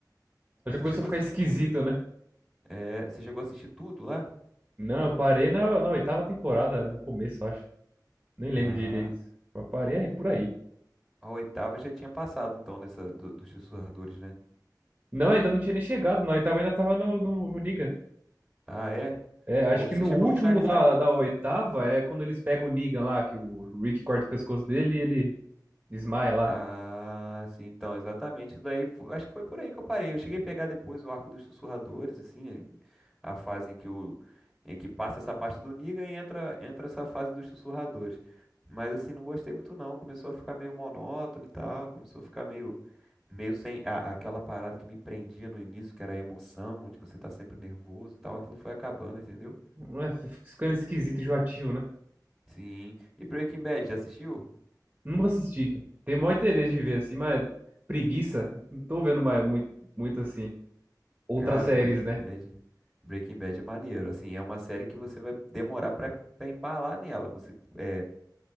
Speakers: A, on the right; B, in the centre.
A: Só
B: Você
A: já começou
B: chegou
A: a ficar
B: a assistir
A: esquisito,
B: tudo?
A: né?
B: É, você chegou a assistir tudo lá?
A: Não, eu parei na, na oitava temporada, no começo, eu acho. Nem lembro
B: Ah,
A: direito. Eu parei aí por aí.
B: a oitava já tinha passado, então, nessa do- dos sussurradores, né?
A: Não, ainda não tinha nem chegado. Na oitava ainda tava no, no, no Negan.
B: Ah, é?
A: É, acho
B: O- Você
A: que no
B: chegou
A: último
B: a finalizar
A: da, da oitava é quando eles pegam o Negan lá, que o Rick corta o pescoço dele e ele desmaia lá.
B: Ah, sim, então, exatamente. Isso daí, fo- acho que foi por aí que eu parei. Eu cheguei a pegar depois o Arco dos Sussurradores, assim, eh, a fase em que o em que passa essa parte do Negan e entra entra essa fase dos Sussurradores. Mas assim, não gostei muito não. Começou a ficar meio monótono e tal, começou a ficar meio meio sem a- aquela parada que me prendia no início, que era a emoção, de você estar sempre nervoso e tal, aquilo foi acabando, entendeu?
A: É, fica ficando esquisito e enjoativo, né?
B: Sim. E Breaking Bad, já assistiu?
A: não assisti. cara. Tenho maior interesse de ver assim, mas preguiça. Não tô vendo mais muito, muito assim. Outras
B: Cara,
A: séries,
B: o Breaking
A: né?
B: Bad, Breaking Bad é maneiro. Assim, é uma série que você vai demorar pra, pra embalar nela. Você, é,